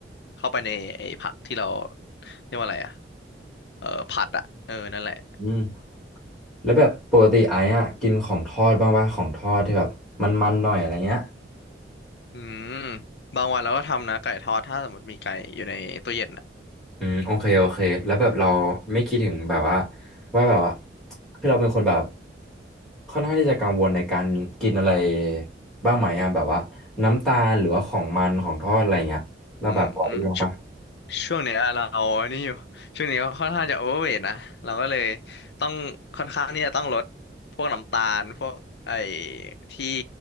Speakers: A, on the left; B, in the centre.
A: เข้าไปในไอ้ผักที่เราเรียกว่าอะไรอะเออผัดอะเออนั่นแหละ
B: อืม แล้วแบบปกติไอ้อะกินของทอดบ้างว่าของทอดที่แบบมันๆหน่อยอะไรเงี้ย
A: อืมบางวันเราก็ทำนะไก่ทอดถ้าสมมติมีไก่อยู่ในตู้เย็นอะ
B: อืมโอเคโอเคแล้วแบบเราไม่คิดถึงแบบว่าว่าแบบว่าคือเราเป็นคนแบบค่อนข้างที่จะกังวลในการกินอะไรบ้างไหมอะแบบว่าน้ำตาลหรือว่าของมันของทอดอะไรเงี้ยเราแบบพอดีลงปะ
A: อืมอืม ช่วงเนี้ยเราอันนี้อยู่ช่วงนี้ก็ค่อนข้างจะโอเวอร์เวทนะเราก็เลยต้องค่อนข้างที่จะต้องลดพวกน้ำตาลพวกไอ้ที่